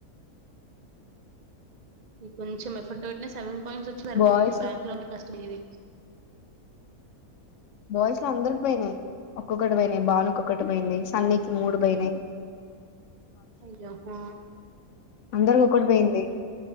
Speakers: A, on the right (about 50°); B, on the left (about 65°).
A: ఇ కొంచెం ఎఫర్ట్ పెట్ సెవెన్ పాయింట్స్ వచ్చి సరిపోయి
B: బాయ్స్
A: బ్యాక్ లో అంటే కష్టం ఇది
B: బాయ్స్ లో అందరి పోనాయి, ఒక్కొక్కటి పోయినాయి బాలుకొక్కటి పోయింది, సన్నీకి మూడు పోనాయి.
A: అయ్యా హ
B: అందరికి ఒకటి పోయింది